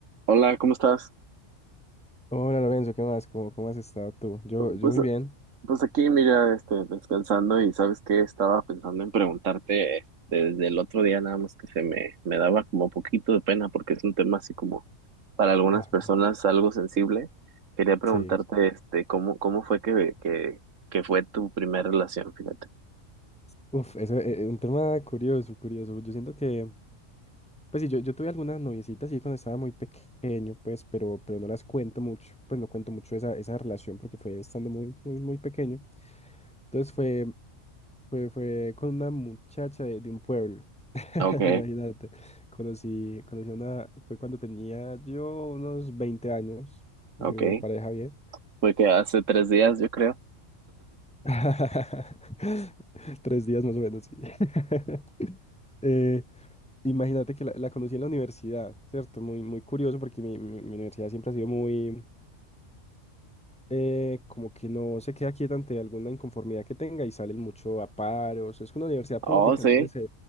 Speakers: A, on the right (about 75°); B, in the centre.
A: Hola, ¿cómo estás?
B: Hola Lorenzo, ¿qué más? ¿Cómo, cómo has estado tú? Yo, yo
A: Pues,
B: muy bien.
A: pues aquí, mira, este, descansando y sabes qué, estaba pensando en preguntarte eh, desde el otro día, nada más que se me, me daba como poquito de pena porque es un tema así como para algunas
B: Ajá,
A: personas algo sensible. Quería preguntarte,
B: sí.
A: este, ¿cómo, cómo fue que, que, que fue tu primera relación? Fíjate.
B: Uf, eso es un tema curioso, curioso. Yo siento que, pues sí, yo, yo tuve algunas noviecitas sí cuando estaba muy pequeño, pues, pero, pero no las cuento mucho, pues no cuento mucho esa, esa relación porque fue estando muy, muy, muy pequeño. Entonces fue, fue, fue con una muchacha de, de un pueblo, <laughs>
A: Okay,
B: imagínate. Conocí, conocí a una, fue cuando tenía yo unos 20 años, mi
A: okay.
B: primer pareja bien.
A: Fue que hace tres días, yo creo.
B: <laughs> Tres días más o menos, sí. <laughs> Eh, imagínate que la, la conocí en la universidad, ¿cierto? Muy, muy curioso porque mi, mi- mi universidad siempre ha sido muy, eh, como que no se queda quieta ante alguna inconformidad que tenga y salen mucho a paros. Es una universidad pública,
A: Oh, sí.
B: entonces se,